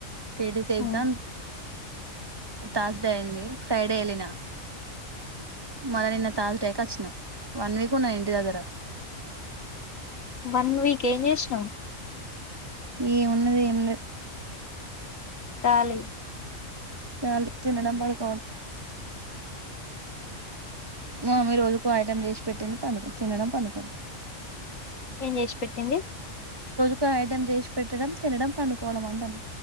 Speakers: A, on the right (about 20°); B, on the left (about 75°).
A: టీటిసి ఎగ్జామ్
B: ఉమ్.
A: థాస్డే అయింది ఫ్రైడే వెళ్ళిన మల్ల నిన్న తర్స్ డే కచ్చిన వన్ వీక్ ఉన్నా ఇంటి దగ్గర
B: వన్ వీక్ ఎం చేసినవ్
A: ఎం ఉన్నది ఎం లేద్
B: కలి
A: కాలి తిన్నడంబడుకో మామ్మి రోజుకో ఐటం చేసి పెట్టింది పండు తినడం పండుకోడం
B: ఏం చేసి పెెట్టింది
A: కో ఐటమ్ చేసి పెట్టడం తినడం పండుకోవడం అంటన్